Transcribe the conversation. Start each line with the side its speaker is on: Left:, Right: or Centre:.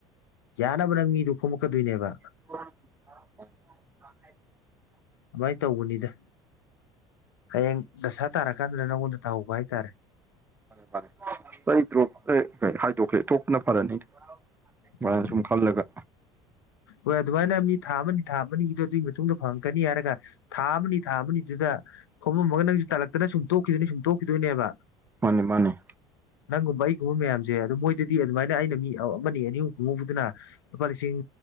Left: ꯌꯥꯅꯕ ꯅꯪ ꯃꯤꯗꯨ ꯈꯣꯝꯃꯛꯀꯗꯣꯏꯅꯦꯕ
Right: <inaudible>
Left: ꯑꯗꯨꯃꯥꯏꯅ ꯇꯧꯕꯅꯤꯗ ꯍꯌꯦꯡ ꯗꯁꯥ ꯇꯥꯔꯀꯥꯟꯗꯅ ꯅꯪꯉꯣꯟꯗ ꯇꯥꯍꯧꯕ ꯍꯥꯏꯇꯥꯔꯦ
Right: ꯃꯥ ꯑꯩ ꯗ꯭ꯔꯣꯞ ꯍꯥꯏꯗꯣꯛꯀ꯭ꯔꯦ ꯊꯣꯛꯄꯅ ꯐꯔꯅꯤ ꯃꯅ
Left: ꯎꯝ
Right: ꯁꯨꯝ ꯈꯜꯂꯒ
Left: ꯍꯣꯏ ꯑꯗꯨꯃꯥꯏꯅ ꯃꯤ ꯊꯥ ꯑꯃꯅꯤ ꯊꯥ ꯑꯃꯅꯤꯒꯤꯗꯨꯣ ꯑꯗꯨꯒꯤ ꯃꯇꯨꯡꯗ ꯐꯪꯉꯛꯀꯅꯤ ꯍꯥꯏꯔꯒ ꯊꯥ ꯑꯃꯅꯤ ꯊꯥ ꯑꯃꯅꯤꯅꯤꯗꯨꯗ ꯈꯣꯝꯃꯝꯃꯒ ꯅꯪꯁꯨ ꯇꯥꯜꯂꯛꯇꯅ ꯁꯨꯝ ꯇꯣꯛꯈꯤꯗꯣꯏꯅꯤ ꯁꯨꯝ ꯇꯣꯛꯈꯤꯗꯣꯏꯅꯦꯕ
Right: ꯃꯥꯅꯤ ꯃꯥꯅꯤ
Left: ꯅꯪꯒꯨꯝꯕ ꯑꯩꯒꯨꯝꯕ ꯃꯌꯥꯝꯁꯦ ꯑꯗꯨꯣ ꯃꯣꯏꯗꯗꯤ ꯑꯗꯨꯃꯥꯏꯅ ꯑꯩꯅ ꯃꯤ ꯑꯃꯅꯤ ꯑꯅꯤ ꯑꯍꯨꯝ ꯀꯨꯝꯍꯧꯕꯗꯨꯅ ꯂꯨꯄꯥ ꯂꯤꯁꯤꯡ